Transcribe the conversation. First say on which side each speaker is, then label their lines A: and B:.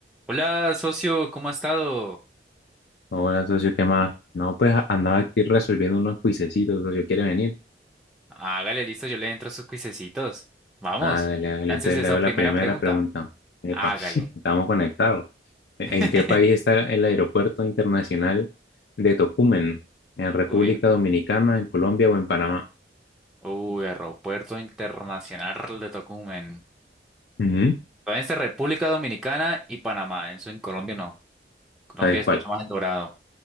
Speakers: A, in the centre; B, on the left (about 65°).
A: Hola, socio, ¿cómo ha estado?
B: Hola, socio, ¿qué más? No, pues a- andaba aquí resolviendo unos juicecitos, socio, ¿quiere venir?
A: Hágale, listo, yo le entro a sus cuisecitos. Vamos,
B: Ah, dale, dale,
A: láncese
B: entonces le
A: esa
B: hago
A: primera
B: la primera
A: pregunta.
B: pregunta. Epa,
A: Hágale.
B: <laughs> estamos conectados. ¿E-
A: <laughs>
B: ¿En qué país está el aeropuerto internacional de Tocumen? ¿En República
A: Uy,
B: Dominicana, en Colombia o en Panamá?
A: uy, Aeropuerto Internacional de Tocumen.
B: Ujú,
A: Todavía está República Dominicana y Panamá. Eso en Colombia no. Colombia
B: ¿Sabes
A: escucha
B: cuál?
A: más el dorado.